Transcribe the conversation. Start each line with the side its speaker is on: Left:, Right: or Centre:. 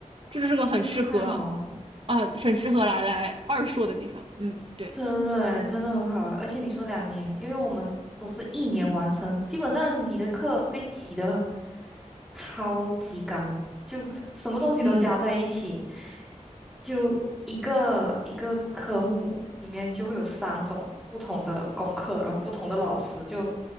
Right: 这就是个很适合
Centre: 那太好，
Right: 啊很适合来来二硕的地方。嗯，对，
Centre: 真的诶，真的很好诶。而且你说两年，因为我们都是一年完成，基本上你的课被挤的。超级干，就什么东西都加在一起，
Right: 嗯
Centre: 就一个一个科目里面就会有三种不同的功课，然后不同的老师，就